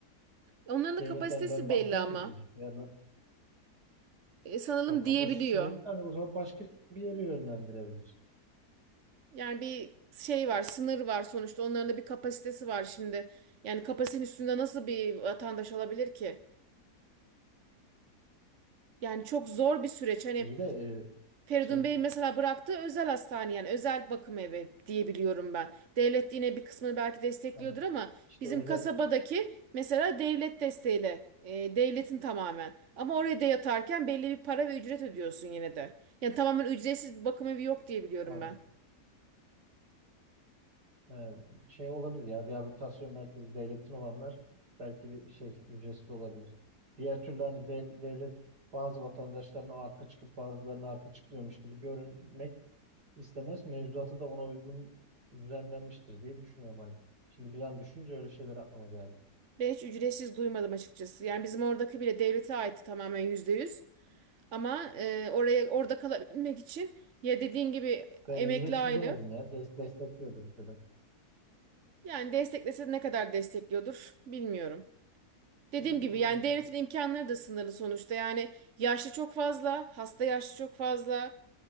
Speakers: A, on the right; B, on the right.
A: Onların da
B: Devlet
A: kapasitesi
B: de hani ben bakmıyor
A: belli ama.
B: mu diyecek. Yani
A: E, sanalım
B: tam kapasitesi
A: diyebiliyor.
B: belli. Yani o zaman başka bir yere yönlendirebilir.
A: Yani bir şey var, sınır var sonuçta. Onların da bir kapasitesi var şimdi. Yani kapasitenin üstünde nasıl bir vatandaş alabilir ki? Yani çok zor bir süreç. Hani
B: İyi de e,
A: Feridun
B: şey
A: Bey'in mesela bıraktığı özel hastane yani özel bakım evi diye biliyorum ben. Devlet yine bir kısmını belki destekliyordur
B: tam
A: ama
B: işte
A: bizim
B: özel
A: kasabadaki mesela devlet desteğiyle e, devletin tamamen. Ama oraya da yatarken belli bir para ve ücret ödüyorsun yine de. Yani tamamen ücretsiz bir bakım evi yok diye biliyorum
B: tam
A: ben.
B: He, şey olabilir ya rehabilitasyon merkezi devletin olanlar belki bir şey ücretsiz olabilir. Diğer türlü hani de- devlet bazı vatandaşlarına arka çıkıp bazılarına arka çıkmıyormuş gibi görünmek istemez. Mevzuatı da ona uygun düzenlenmiştir diye düşünüyorum hani. Şimdi bir an düşününce öyle şeyler aklıma geldi.
A: Ben hiç ücretsiz duymadım açıkçası. Yani bizim oradaki bile devlete aitti tamamen yüzde yüz. Ama e, oraya orada kalabilmek için ya dediğin gibi
B: Ben
A: emekli
B: Evet. ücretsiz
A: aile
B: demedim ya. Des destekliyordur dedim.
A: Yani desteklese ne kadar destekliyordur bilmiyorum. Dediğim
B: Yani,
A: gibi
B: orada,
A: yani
B: orada.
A: devletin imkanları da sınırlı sonuçta. Yani yaşlı çok fazla, hasta yaşlı çok fazla,